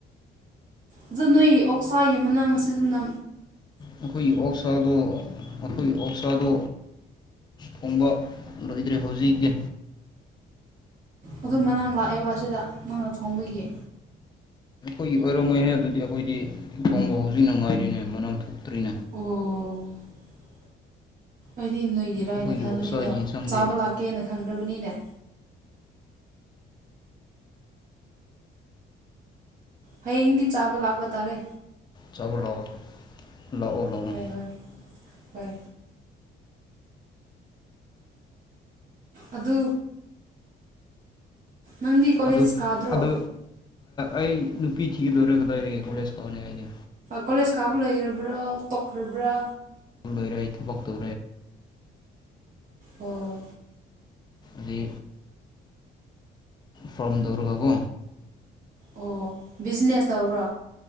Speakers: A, on the right; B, on the left.
A: ꯑꯗꯨ ꯅꯣꯏ ꯑꯣꯛꯁꯥꯏ ꯃꯅ ꯃꯁꯤꯡꯅ
B: ꯑꯩꯈꯣꯏꯒꯤ ꯑꯣꯛꯁꯥꯗꯣ ꯑꯩꯈꯣꯏꯒꯤ ꯑꯣꯛꯁꯥꯗꯣ ꯀꯨꯝꯕ ꯂꯣꯏꯗ꯭ꯔꯦ ꯍꯧꯖꯤꯛꯀꯤ
A: ꯑꯗꯨ ꯃꯅꯝ ꯂꯥꯛꯑꯦꯕ ꯑꯁꯤꯗ ꯅꯪꯅ ꯊꯣꯡꯕꯒꯤ
B: ꯑꯩꯈꯣꯏꯒꯤ ꯑꯣꯏꯔꯝ ꯃꯍꯩ ꯑꯗꯨꯗꯤ ꯑꯩꯈꯣꯏꯗꯤ ꯊꯣꯡꯕ ꯍꯧꯖꯤꯛꯅ ꯅꯨꯡꯉꯥꯏꯔꯤꯅꯦ ꯃꯅꯝ ꯊꯣꯛꯇ꯭ꯔꯤꯅꯦ
A: ꯑꯣ ꯑꯩꯗꯤ ꯅꯣꯏꯒꯤꯔꯅ
B: ꯑꯩꯈꯣꯏꯒꯤ
A: ꯈꯟꯕꯅꯤꯗꯣ
B: ꯑꯣꯛꯁꯥꯒꯤ ꯌꯦꯟꯁꯥꯡꯗꯤ
A: ꯆꯥꯕ ꯂꯥꯛꯀꯦꯅ ꯈꯟꯈ꯭ꯔꯕꯅꯤꯅꯦ ꯍꯌꯦꯡꯗꯤ ꯆꯥꯕ ꯂꯥꯛꯄ ꯇꯥꯔꯦ
B: ꯆꯂꯣ ꯂꯥꯛꯑꯣ ꯂꯥꯛꯑꯣ ꯂꯥꯛꯑꯣ
A: ꯍꯣꯏ ꯍꯣꯏ ꯍꯣꯏ ꯑꯗꯨ ꯅꯪꯗꯤ ꯀꯣꯂꯦꯖ
B: ꯑꯗꯨ
A: ꯀꯥꯗ꯭ꯔꯣ
B: ꯑꯗꯨ ꯑꯩ ꯅꯨꯄꯤ ꯊꯤꯒꯗꯧꯔꯦꯒ ꯀꯗꯥꯢꯗꯒꯥ ꯀꯣꯂꯦꯖ ꯇꯧꯅꯤ ꯑꯩꯗꯤ
A: ꯀꯣꯂꯦꯖ ꯀꯥꯕ ꯂꯣꯢꯔꯕ꯭ꯔꯥ ꯇꯣꯛꯈ꯭ꯔꯕ꯭ꯔꯥ
B: ꯂꯣꯢꯔꯦ ꯑꯩ ꯊꯕꯛ ꯇꯧ
A: ꯑꯣ
B: ꯗ꯭ꯔꯤ ꯐꯥꯔꯝ ꯇꯧꯔꯒ ꯀꯣ
A: ꯑꯣ ꯕꯤꯖꯤꯅꯦꯁ ꯇꯧꯕ꯭ꯔꯣ